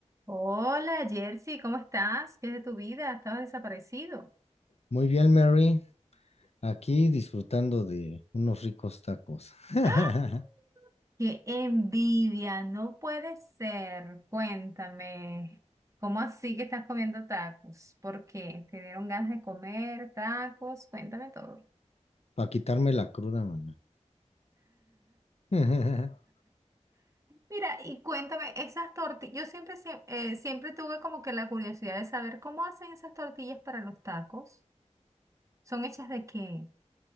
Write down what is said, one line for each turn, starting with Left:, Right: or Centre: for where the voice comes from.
Right: Hola, Jersey, ¿cómo estás? ¿Qué es de tu vida? Estabas desaparecido.
Left: Muy bien, Mary. Aquí disfrutando de unos ricos tacos. <laughs>
Right: ¡Ah! ¡Qué envidia! No puede ser. Cuéntame, ¿cómo así que estás comiendo tacos? ¿Por qué? ¿Te dieron ganas de comer tacos? Cuéntame todo.
Left: Para quitarme la cruda, maná. <laughs>
Right: Mira, y cuéntame, esas tortillas, yo siempre, sie- eh, siempre tuve como que la curiosidad de saber cómo hacen esas tortillas para los tacos. ¿Son hechas de qué?